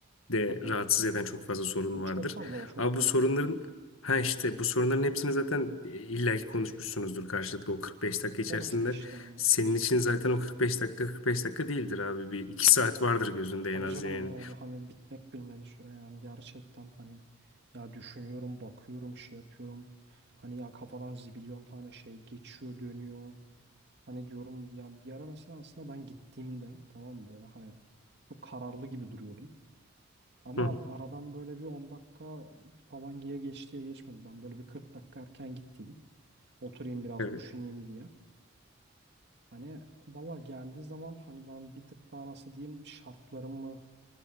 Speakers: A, on the left; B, on the right.
A: de
B: Hı hı.
A: rahatsız eden çok fazla sorun
B: Yani
A: vardır.
B: Çok fazla var, çok
A: Abi
B: fazla.
A: bu sorunların ha işte bu sorunların hepsini zaten e, illaki konuşmuşsunuzdur karşılıklı o 45 dakika içerisinde.
B: Konuştuk işte ya.
A: Senin için zaten o 45 dakika 45 dakika değildir abi bir iki saat vardır gözünde en
B: Tabii
A: az
B: canım
A: yani.
B: abi hani bitmek bilmedi süre yani gerçekten hani ya düşünüyorum bakıyorum şey yapıyorum hani ya kafadan zibilyon tane şey geçiyor dönüyor hani diyorum ya bir ara mesela aslında ben gittiğimde tamam mı böyle hani çok kararlı gibi duruyordum ama
A: Hı hı.
B: aradan böyle bir 10 dakika falan diye geçtiye geçmedi ben böyle bir 40 dakika erken gittiydim oturayım biraz
A: Evet.
B: düşüneyim diye hani valla geldiği zaman hani ben bir tık daha nasıl diyeyim şartlarımı